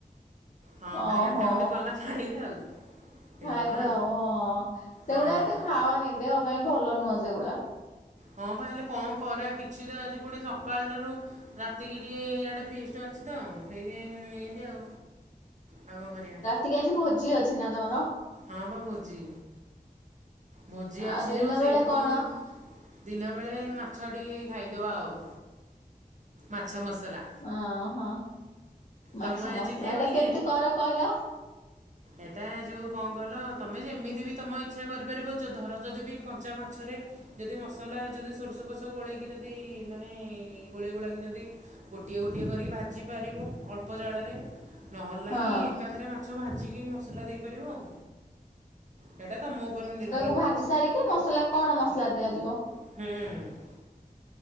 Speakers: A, on the right (about 50°); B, on the left (about 55°).
A: ହଁ
B: ଓହୋ
A: ଖାଲି ଘାଣ୍ଟା ଘୁଣ୍ଟି କଲା ଖାଇଲ ଆଉ। ସେଇଆ
B: ଖାଇଲ
A: ବା
B: ଆଉ ହ
A: ହଁ।
B: ସେଗୁଡା ଏତେ ଖାଅନି ଦେହ ପାଇଁ ଭଲ ନୁହଁ ସେଗୁଡା।
A: ହଁ ବା ହେଲେ କଣ କରା କିଛି ତ ଆଜି ପୁଣି ସକାଳ ଠୁ ରାତିକି ଟିକେଏ ଆଡେ ଫିଷ୍ଟ ଅଛି ତ ହେଇଥି ପାଇଁ ଇଁତି ଆଉ ପାଗ କରିବା।
B: ଟିକେ ଆଜି ଭୋଜି ଅଛି ନା ତମର?
A: ହଁ ପା ଭୋଜି। ଭୋଜି ଅଛି
B: ଆଉ ଦିନ
A: ଯୋଉଁ ସେଇଥିପାଇଁ
B: ବେଳେ କଣ
A: ଦିନବେଳେ ମାଛ ଟିକେ ଖାଇଦେବା ଆଉ ମାଛ ମସଲା।
B: ଓଁହଁ ମାଛ
A: ତମେ ଆଜି
B: ମସଲା
A: ଖାଇବନି
B: ଏଇଟା କେମିତି କର କହିଲ?
A: ଏଟା ଯୋଉ କଣ କଲ ତମେ ଯେମିତି ବି ତମ ଇଚ୍ଛା କରିପାରିବ। ଧର ଯଦି ବି କଞ୍ଚା ମାଛରେ ଯଦି ମସଲା ଯଦି ସୋରିଷ ଫୋଷ ଗୋଳେଇକି ଯଦି ମାନେ ଗୋଳେଇ ଗୋଳେଇକି ଯଦି ଗୋଟିଏ ଗୋଟିଏ କରିକି ଭାଜିପାରିବ ଅଳ୍ପ ଜାଳରେ। ନହେଲେ ନାହିଁ
B: ହଁ
A: ଏକାଥରେ ମାଛ ଭାଜିକି ମସଲା ଦେଇପାରିବ ଆଉ। ସେଇଟା ତମ ଉପରେ ନିର
B: କୁ ଭାଜି ସାରିକି ମସଲା କଣ ମସଲା ଦିଆଯିବ?
A: ହୁଁ।